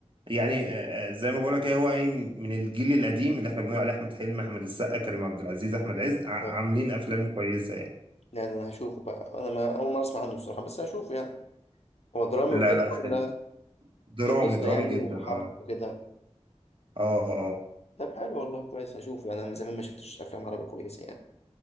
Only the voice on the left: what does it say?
اه
يعني أنا هشوفه بقى أنا ما أول مرة أسمع عنه الصراحة بس هشوفه يعني هو درامي
وكده
ولا
في قصة
يعني
وحبكة
وكده
طب حلو والله كويس هشوف انا من زمان ما شفتش افلام عربي كويسه يعني